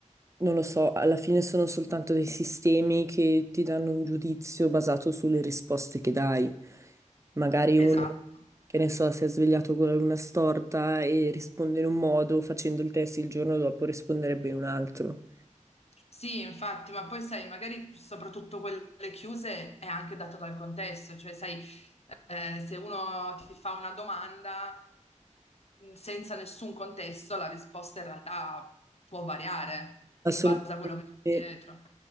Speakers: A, on the right; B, on the left.
A: non lo so, alla fine sono soltanto dei sistemi che ti danno un giudizio basato sulle risposte che dai. Magari
B: esatto.
A: uno, che ne so, si è svegliato con la luna storta e risponde in un modo, facendo il test il giorno dopo risponderebbe in un altro.
B: Sì, infatti, ma poi sai, magari soprattutto quelle chiuse è anche dato dal contesto, cioè sai, eh, se uno ti fa una domanda mh, senza nessun contesto, la risposta in realtà può variare
A: Assolutamente
B: in base a quello che c'è dietro.